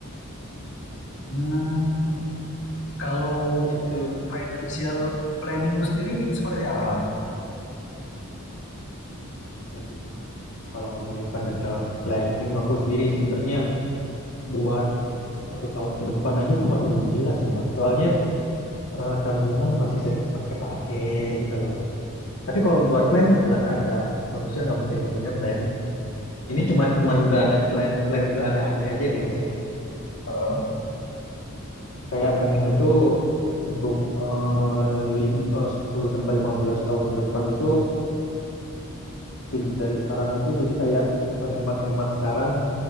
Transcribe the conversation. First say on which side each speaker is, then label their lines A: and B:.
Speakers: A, on the left; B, on the left.
A: Hmm, kalau
B: gitu.
A: financial planningmu sendiri seperti apa?
B: Aduh, kalau ngomongin financial planning aku sendiri sebenarnya buat satu tahun ke depan aja aku masih belum jelas ya, Mas. Soalnya eh, tabungan masih sering kepake-kepake gitu loh. Tapi kalau buat plan jelas ada. Manusia nggak mungkin nggak punya plan Ini cuman cuman beranda plan plan berandai-andai aja sih mas ya.
A: Heeh.
B: Kayak pengennya tuh untuk eh, lim- eh, 10 sampai 15 tahun ke depan itu pin- dari sekarang itu jadi kayak berhemat-hemat sekarang,